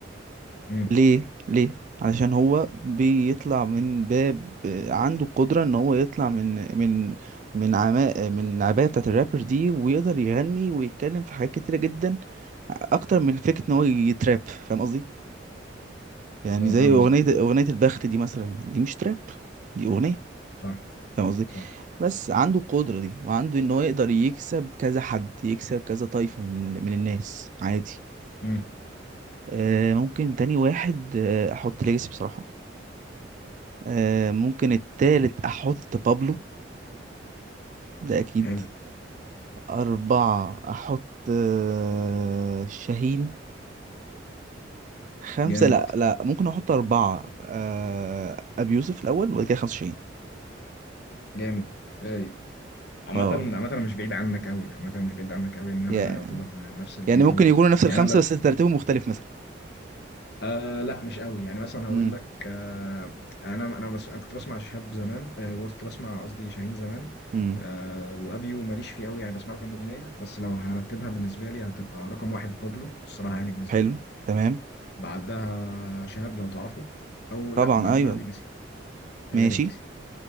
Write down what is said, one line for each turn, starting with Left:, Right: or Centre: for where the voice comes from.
Left: امم
Right: ليه ليه علشان هو بيطلع من باب آه، عنده القدره ان هو يطلع من من من عماء من العبايه بتاعه الرابر دي ويقدر يغني ويتكلم في حاجات كتيره جدا اكتر من فكره ان هو يتراب فاهم قصدي يعني
Left: أنا
Right: زي
Left: فاهم
Right: اغنيه
Left: قصدك
Right: اغنيه البخت دي مثلا دي مش تراب دي اغنيه
Left: مم. صح
Right: فاهم قصدي
Left: صح
Right: بس عنده القدرة دي وعنده ان هو يقدر يكسب كذا حد يكسب كذا طايفة من, من الناس عادي
Left: امم
Right: آه ممكن تاني واحد آه احط ليجاسي بصراحة آه ممكن التالت احط بابلو ده اكيد
Left: حلو
Right: اربعة احط آه شاهين خمسة
Left: جامد
Right: لا لا ممكن احط اربعة آه ابي يوسف الاول وبعد كده خمسة شاهين
Left: جامد رايق عامة
Right: اه
Left: عامة انا مش بعيد عنك قوي عامة انا مش بعيد عنك قوي ان انا
Right: يا-
Left: يعتبر نفس الفكرة
Right: يعني ممكن
Left: برضو
Right: يكونوا نفس
Left: يعني
Right: الخمسة
Left: انا لو
Right: بس ترتيبهم مختلف مثلا
Left: آه لا مش قوي يعني مثلا هقول
Right: امم
Left: لك آه انا انا بس انا كنت بسمع شهاب زمان آه كنت بسمع قصدي شاهين زمان
Right: امم
Left: آه وابيو ماليش فيه قوي يعني بسمع له كام اغنية بس لو هرتبها بالنسبة لي هتبقى رقم واحد بابلو الصراحة يعني بالنسبة
Right: حلو
Left: لي
Right: تمام
Left: بعدها شهاب لو تعرفه او
Right: طبعا
Left: لا بعدها
Right: ايوه
Left: ليجاسي هيبقى
Right: ماشي
Left: ليجاسي